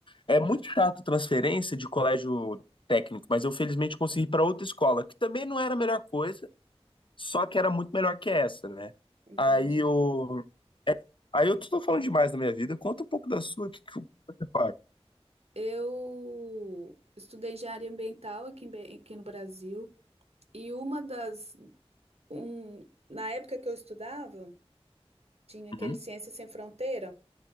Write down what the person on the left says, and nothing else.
é muito chato transferência de colégio técnico, mas eu felizmente consegui para outra escola, que também não era a melhor coisa, só que era muito melhor que essa, né?
Aí eu, aí eu tô falando demais da minha vida. Conta um pouco da sua, o que que você faz?
Uhum.